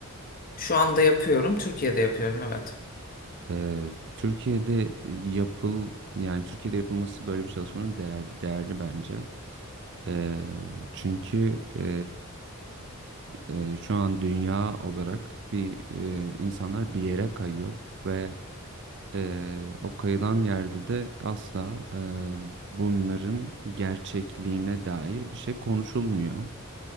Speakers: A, on the left; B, on the right.
A: Şu anda yapıyorum, Türkiye'de yapıyorum, evet.
B: E, Türkiye'de yapıl yani Türkiye'de yapılması böyle bir çalışmanın değer, değerli bence. E, çünkü e, e, şu an dünya olarak bir e, insanlar bir yere kayıyor ve e, o kayılan yerde de asla e, bunların gerçekliğine dair bir şey konuşulmuyor.